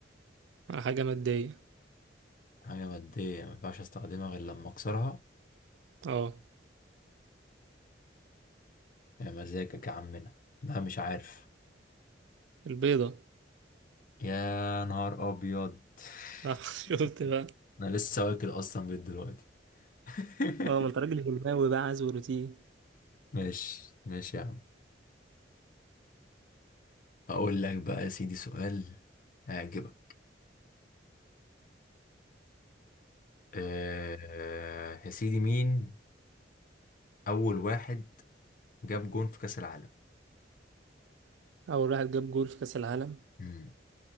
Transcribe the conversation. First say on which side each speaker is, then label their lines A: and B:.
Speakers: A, on the right; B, on the left.
A: حاجة مادية
B: حاجة مادية مينفعش أستخدمها غير لما أكسرها
A: اه
B: يا مزاجك يا عمنا لا مش عارف
A: البيضة
B: يا نهار أبيض <laughs>
A: آه، <laughs> شفت بقى
B: أنا لسه واكل أصلا بيت دلوقتي <laughs>
A: اه ما انت راجل هلماوي بقى عايز روتين
B: ماشي ماشي يا عم هقول لك بقى يا سيدي سؤال هيعجبك أه يا سيدي مين أول واحد جاب جون في كأس العالم؟
A: أول واحد جاب جول في كأس العالم
B: مم.